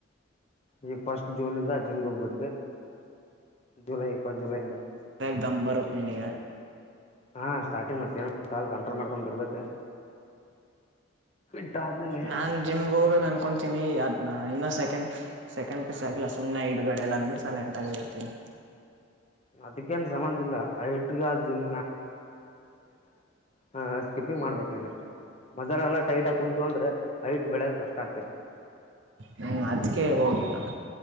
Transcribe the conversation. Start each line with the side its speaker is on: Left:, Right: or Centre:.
Left: ಈ ಫಸ್ಟ್ ಜೂನಂದ ಜಿಮ್ಗೆ ಹೋಗ್ಬು ಜುಲೈ ಫಸ್ಟ್ ಜುಲೈಂದ.
Right: ತ್ತಂಬರುತ್ತಿನಗೆ.
Left: ಹಾ ಸ್ಟಾರ್ಟಿಂಗ್ ಮತ್ತೇನ <unintelligible> ಕಂಟ್ರೋಲ್ ಮಾಡ್ಕೊಂಡ್ ಬಿಡ್ಬೇಕು. ಬಿಟ್ಟ ಆದ್ಮೇಲೆ
Right: ನಾನ್ ಜಿಮ್ಗೆ ಹೋಗ್ಬೇಕ್ ಅನ್ ಹಕೊಂತೀನಿ ಅದ್ನ ಇನ್ನ ಸೆಕೆಂಡ್ ಸೆಕೆಂಡ್ ಆಗಿಲ್ಲಾ ಸುಮ್ನೆ ಇಡ್ಬೆಳೆಲ್ಲ ಅಂದ್ಬಿಟ್ಟ ಸೖಲೆಂಟಾಗಿರ್ತಿನಿ.
Left: ಅದಕ್ಕೇನ್ ಸಂಬಂಧ ಇಲ್ಲ ಐಟ್ಗ ಅ ಜಿಮ್ ಹ ಸ್ಕಿಪಿಂಗ್ ಮಾಡ್ಬೇಕು <unintelligible> ಮದ್ಯಾನ ಎಲ್ಲ ಟೈಟಾಗ್ ಕುಂತ್ರು ಅಂದ್ರೆ ಹೖಟ್ ಬೆಳೆಯದ್ ಕಷ್ಟ ಆಗ್ತತಿ.
Right: ಹ್ಮ ಅದ್ಕೆ ಹೋಗಿಲ್ಲ.